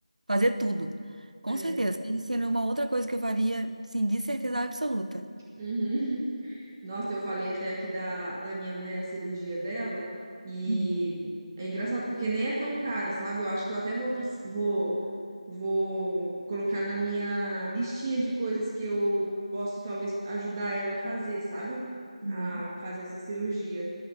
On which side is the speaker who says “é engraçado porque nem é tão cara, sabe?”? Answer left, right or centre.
Right